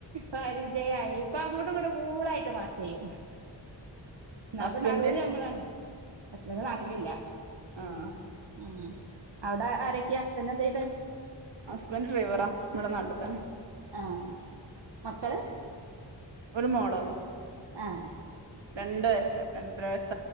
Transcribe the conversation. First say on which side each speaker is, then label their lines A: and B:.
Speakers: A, on the right (about 70°); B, on the right (about 90°).
A: പരിചയായി ഇപ്പം അങ്ങോട്ടും ഇങ്ങോട്ടും കൂളായിട്ട് പാസിയ്യും ഇന്നാപ്പോ
B: ഹസ്ബൻഡ്
A: ന മ്മളാണ് ഹസ്ബന്റ് നാട്ടിലില്ല
B: ആഹ്
A: ഉം അവിടെ ആരൊക്കെ ഹസ്ബന്റ് എന്ത ചെയ്യ്ണ്
B: ഹസ്ബന്റ് ഡ്രൈവറാ ഇവിടെ നാട്ടി തന്നെ
A: ഏഹ് മക്കള്
B: ഒരു മോളോള്ളൂ
A: ഏഹ്
B: രണ്ട് വയസ്സ് രണ്ടര വയസ്സ്